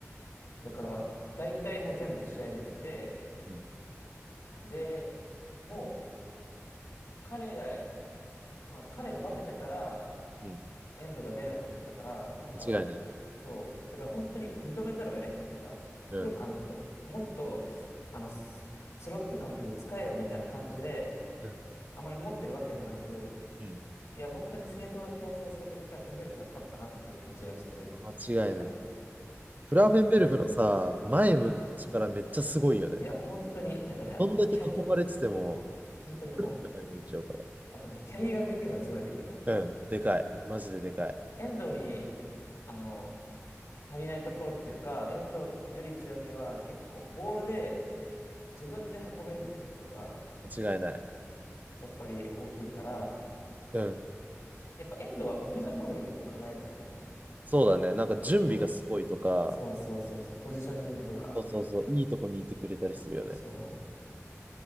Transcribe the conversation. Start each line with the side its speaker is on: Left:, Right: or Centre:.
Left: だから、大体もう全部試合出てて、
Right: うん。
Left: で、もう彼が、まあ彼が化けたから、
Right: うん、うん
Left: エンドが出なかったから、なんか、
Right: 間違いない。
Left: そう。だから本当に認めざるを得ないっていうか、
Right: うん、
Left: 黒、あの、まもっと、あの、ススロット監督使えよみたいな感じで、
Right: うん、
Left: あまり思ってるわけではなく、
Right: うん。
Left: いや、本当に正当な競争をした結果、フェンベルクが勝ったなっていう感じがしてるっていうのが、
Right: 間違いない。フラーフェンベルフのさ、
Left: で、
Right: 前向く力めっちゃすごいよね。
Left: うん。いや、本当に、なんかね、あとね、
Right: どんだけ囲まれてても、
Left: キャリ、そう、本当にもう、
Right: 前向いちゃうから。
Left: あとね、キャリーができるのがすごいでかい。
Right: うん、でかい。マジででかい。
Left: 遠藤に、あの、足りないところっていうか、遠藤より強みは結構、ボールで自分で運べるみたいなところが、
Right: 間違いない。
Left: やっぱり大きいから、
Right: うん。
Left: やっぱエンドはオフザボールで結構輝くんだよね。
Right: そうだね。なんか準備がすごいとか、
Left: そう。そうそうそうそう。ポジショニングとか。
Right: そうそうそう、いいとこにいてくれたりするよね。
Left: そう。